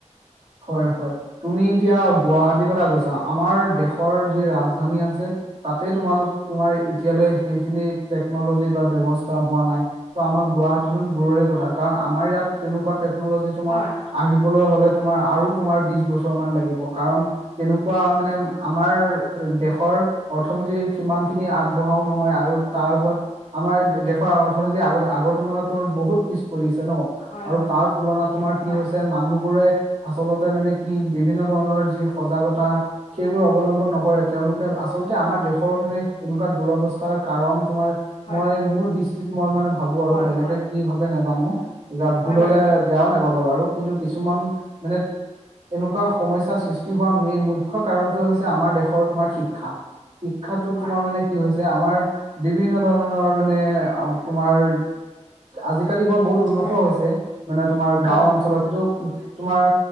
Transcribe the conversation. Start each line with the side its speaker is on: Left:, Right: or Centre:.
Right: হয় হয়, তুমি এতিয়া গুৱাহাটীৰ কথা কৈছা? ছা আমাৰ দেশৰ যি ৰাজধানী আছে তাতেই তোমালোক, তোমাৰ এতিয়ালৈ সেইখিনি টেকনলজি বা ব্যৱস্থা হোৱা নাই। ত' আমাৰ গুৱাহাটীতো দূৰৰে কথা, কাৰণ আমাৰ ইয়াত তেনেকুৱা টেকনলজি তোমাৰ
Left: হয়
Right: আহিব বলৈ হ'লে তোমাৰ আৰু তোমাৰ বিশ বছৰ মান লাগিব, কাৰণ তেনেকুৱা মানে আমাৰ দেশৰ অৰ্থনীতিৰ সিমানখিনি আগবঢ়াও নহয়, আৰু তাৰ ওপৰত আমাৰ দেশৰ অৰ্থনীতি আগত আগৰ তুলনাত ত' বহুত পিছপৰি আছে ন'?
Left: হয়,
Right: আৰু
Left: হয়।
Right: তাৰ তুলনাত তোমাৰ কি
Left: হয়
Right: হৈছ তে মানুহবোৰে আচলতে মানে কি, বিভিন্ন ধৰণৰ যি সজাগতা সেইবোৰ অৱলম্বন নকৰে, তেওঁলোকে, আচলতে আমাৰ দেশৰ মানে এনেকুৱা দুৰৱস্থাৰ কাৰণ তোমাৰ
Left: হয়
Right: মই মোৰ দৃষ্টিত মই মানে ভাৱোঁ আৰু
Left: হয়
Right: বেলেগে
Left: হয়
Right: কি ভাৱে নেজানো, এতিয়া ভূল
Left: হয়
Right: হ'লে
Left: বাৰু এইটো
Right: বেয়াও নাপাবা বাৰু কিন্তু কিছুমান মানে এনেকুৱা সমস্যাৰ সৃষ্টি হোৱা মেই-মুখ্য কাৰণটোৱে হৈছে আমাৰ দেশৰ তোমাৰ শিক্ষা। শিক্ষাটো
Left: হয়
Right: তোমাৰ মানে কি হৈছে, আমাৰ বিভিন্ন ধৰণৰ মানে আ তোমাৰ আজিকালি বাৰু বহুত উন্নত
Left: হয়
Right: হৈছে, মানে তোমাৰ গাওঁ
Left: হয় হয়
Right: অঞ্চলত কিন্তু তোমাৰ